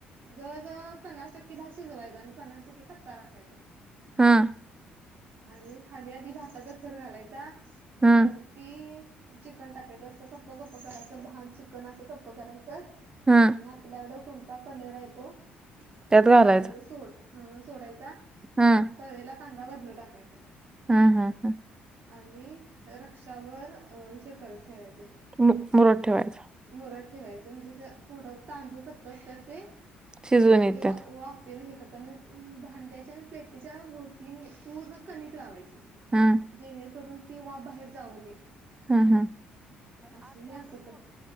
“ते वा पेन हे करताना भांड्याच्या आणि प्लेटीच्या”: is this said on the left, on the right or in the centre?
Right